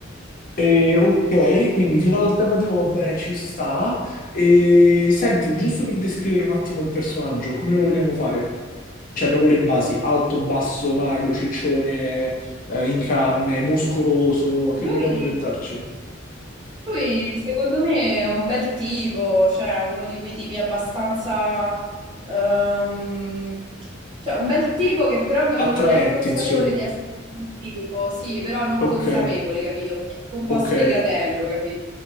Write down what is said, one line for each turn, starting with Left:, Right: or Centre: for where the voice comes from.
Left: E, ok, quindi finale alternativo, va bene, ci sta. E, senti, giusto per descrivere un attimo il personaggio, come lo vogliamo fare? Cioè, proprio le basi, alto, basso, magro, ciccione, eh, in carne, muscoloso, che
Right: Lui,
Left: vogliamo inventarci?
Right: lui, secondo me è un bel tipo, cioè uno di quei tipi abbastanza... ehm, cioè un bel tipo che però non,
Left: Attraenti,
Right: non è consapevole
Left: insomma.
Right: di essere un tipo, sì, però non
Left: Ok,
Right: consapevole, capito? È anche un po'
Left: ok.
Right: sfigatello, capito?